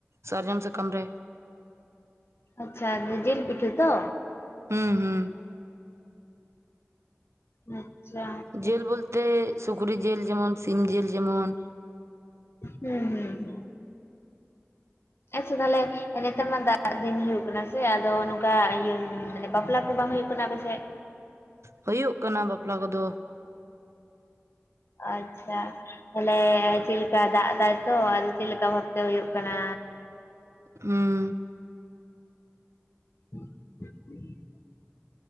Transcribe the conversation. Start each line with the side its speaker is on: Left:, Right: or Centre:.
Right: ᱥᱟᱨᱡᱚᱢ ᱥᱟᱠᱟᱢ ᱨᱮ
Left: ᱟᱪᱪᱷᱟ ᱡᱤᱞ ᱯᱤᱴᱷᱟᱹ ᱛᱚ
Right: ᱩᱸ ᱦᱩᱸ
Left: ᱟᱪᱪᱷᱟ
Right: ᱡᱥᱞ ᱵᱚᱞᱛᱮ ᱥᱩᱠᱨᱤ ᱡᱤᱞ ᱡᱮᱢᱚᱱ ᱥᱤᱢ ᱡᱤᱞ ᱡᱮᱢᱚᱱ
Left: ᱦᱩᱸ ᱦᱩᱸ ᱟᱪᱪᱷᱟ ᱛᱟᱞᱦᱮ ᱱᱮᱛᱟᱨ ᱢᱟ ᱫᱟᱜ ᱫᱤᱱ ᱦᱩᱭᱩᱜ ᱠᱟᱱᱟ ᱥᱮ ᱟᱫᱚ ᱱᱚᱝᱠᱟ ᱤᱭᱟᱹ ᱢᱟᱱᱮ ᱵᱟᱯᱞᱟ ᱠᱚ ᱵᱟᱝ ᱦᱩᱭᱩᱜ ᱠᱟᱱᱟ ᱟᱯᱮ ᱥᱮᱫ
Right: ᱦᱩᱭᱩᱜ ᱠᱟᱱᱟ ᱵᱟᱯᱞᱟ ᱠᱚᱫᱚ
Left: ᱟᱪᱪᱷᱟ ᱛᱟᱞᱦᱮ ᱪᱮᱞᱮ ᱫᱟᱜ ᱫᱟᱭᱛᱚ ᱟᱫᱚ ᱪᱮᱫ ᱞᱮᱠᱟ ᱵᱷᱟᱵ ᱛᱮ ᱦᱩᱭᱩᱜ ᱠᱟᱱᱟ
Right: ᱦᱩᱸ
Left: <unintelligible>